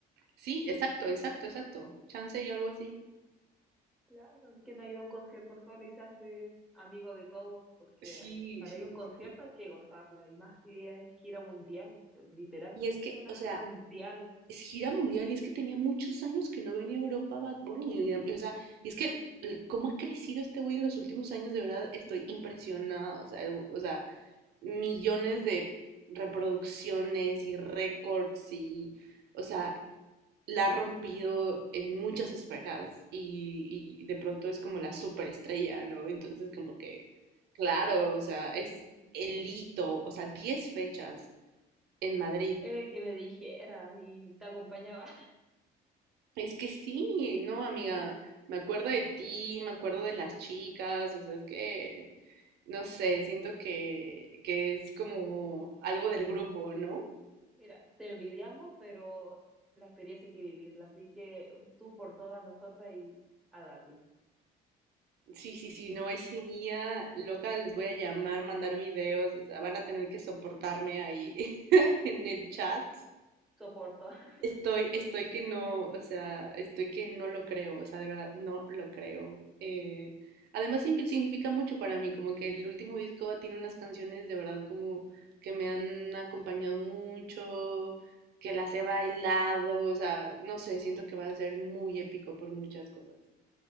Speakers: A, on the right; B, in the centre.
A: Sí, exacto, exacto, exacto. Chance y algo así.
B: Claro, quien ha ido a un concierto solo y se hace amigo de todos, porque
A: Sí,
B: para
A: sí,
B: ir a un
A: sí.
B: concierto hay que gozarla, y más si es gira mundial, literalmente
A: Y es que,
B: una
A: o
B: gira
A: sea,
B: mundial.
A: es gira mundial y es que tenía muchos años que no venía a Europa Bad Bunny. y, o sea, y es que cómo ha crecido este güey en los últimos años, de verdad estoy
B: Ujú.
A: impresionada. O sea, el- o sea, millones de reproducciones y récords y, o sea, la ha rompido en muchas esferas y, y de pronto es como la superestrella, ¿no? Entonces como que, claro, o sea, es el hito, o sea, 10 fechas en Madrid
B: Era el que me dijera y te acompañaba.
A: Es que sí, no, amiga, me acuerdo de ti, me acuerdo de las chicas, o sea, es que, no sé,
B: <laughs>
A: siento que, que es como algo del grupo, ¿no?
B: Mira, te envidiamos, pero la experiencia hay que vivirla, así que tú por todas nosotras y a darle.
A: Sí, sí, sí, no, ese día, loca, les voy a llamar, mandar videos, o sea, van a tener que soportarme ahí <laughs> en el chat.
B: Soporto. <laughs>
A: Estoy, estoy que no, o sea, estoy que no lo creo, o sea, de verdad, no lo creo. Eh,
B: Nah,
A: además, simp- significa mucho para mí, como que el último disco tiene unas canciones de verdad como que me han acompañado mucho, que las he bailado, o sea, no sé, siento que va a ser muy épico por muchas cosas.